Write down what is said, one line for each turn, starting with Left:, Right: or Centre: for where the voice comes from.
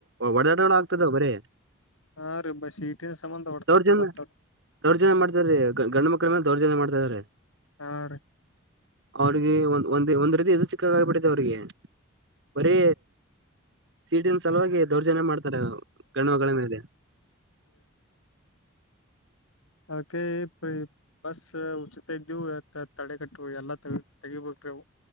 Right: ಹೊಡೆದಾಟಗಳು ಆಗ್ತದೆ ಬರೀ
Left: ಹಾ ರೀ ಬ ಸೀಟಿನ ಸಂಬಂಧ ಹೊಡ್ತಾಟಾರತ್ತಾರ
Right: ದೌರ್ಜನ್ಯ ದೌರ್ಜನ್ಯ ಮಾಡ್ತ ರೀ ಗಂಡು ಮಕ್ಕಳ ಮೇಲೆ ದೌರ್ಜನ್ಯ ಮಾಡ್ತ ಸರಿ
Left: ಹಾ ರೀ
Right: ಅವ್ರಿಗೆ ಒಂದು ಒಂದ ರೀತಿ ಇದು ಚಿಕ್ಕಾದಾಗಿಬಿಡುತ್ತೆ ಅವ್ರರಿಗೆ ಬರಿ ಸೀಟನ್ ಸಲುವಾಗಿ ದೌರ್ಜನ್ಯ ಮಾಡ ತಾರೇ ಗಂಡುಮಕ್ಕಳ ಮೇಲೆ
Left: ಓಕೆ ಬಸ್ ಉಚಿತದ್ದು ತಡೆಗಟ್ಟ ಎಲ್ಲ ತೇಗಿ ತೆಗಿಬೇಕ್ರೆವು